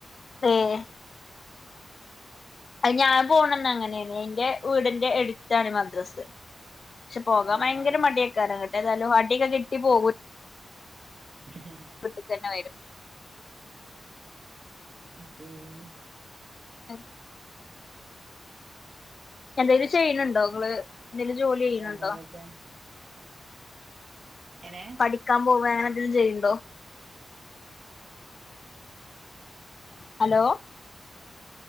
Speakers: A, on the left; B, on the right.
A: ആഹ് അത് ഞാൻ പോണന്ന് അങ്ങനെയാണ് എൻറെ വീടിൻ്റെ എടുത്താണ് മദ്രസ് പക്ഷെ പോകാം
B: ആഹ്
A: ഭയങ്കര
B: ആഹ്
A: മടിയെകാരം ഇങ്ങട്ടെ എന്തായാലും അടിയൊക്കെ കിട്ടി പോകൂ
B: <unintelligible>
A: <unintelligible>
B: പിന്നെ
A: <unintelligible> എന്തേലും ചെയ്യണ് ണ്ടോ ഇങ്ങള് എന്തെലും ജോലി ചെയ്യണ്
B: വേറെന്തൊക്കെ
A: ണ്ടോ?
B: എനെ
A: പഠിക്കാൻ പോവാ അങ്ങെനെ എന്തെലും ചെയ്യ്ണ്ടോ? ഹലോ?